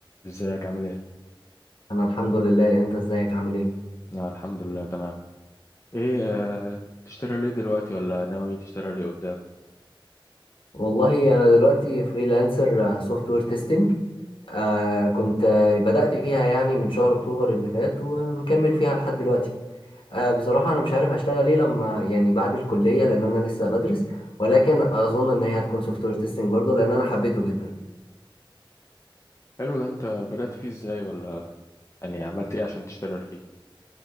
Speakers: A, on the left (about 30°); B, on the left (about 75°).
A: ازيك عامل ايه؟
B: انا الحمد لله انت ازيك عامل ايه
A: آه الحمد لله تمام ايه آه تشتري ليه دلوقتي ولا ناوي تشتري ليه قدام؟
B: والله انا دلوقتي فريلانسر سوفت وير تيستنج آه كنت آه، بدأت فيها يعني من شهر اكتوبر اللي فات ومكمل فيها لحد دلوقتي آه بصراحة انا مش عارف هشتغل ايه لما يعني بعد الكلية لان انا لسه بدرس ولكن اظن ان هي هتكون سوفت وير تيستنج برضو لان انا حبيته جدا
A: حلو ده انت بدأت فيه ازاي ولا يعني عملت ايه عشان تشتري فيه؟